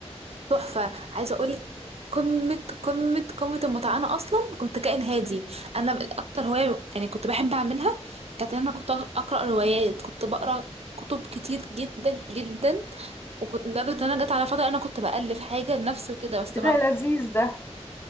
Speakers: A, on the right; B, on the left.
A: تحفة عايزة اقولك قمة قمة قمة المتعة أنا أصلا كنت كائن هادي أنا أكتر هواية يعني كنت بحب أعملها كانت إن أنا كنت أقرأ روايات كنت بقرأ كتب كتير جدا جدا وكنت لدرجة إن أنا جت على فترة أنا كنت بألف حاجة لنفسي وكده بس طبعا
B: إيه ده لذيذ ده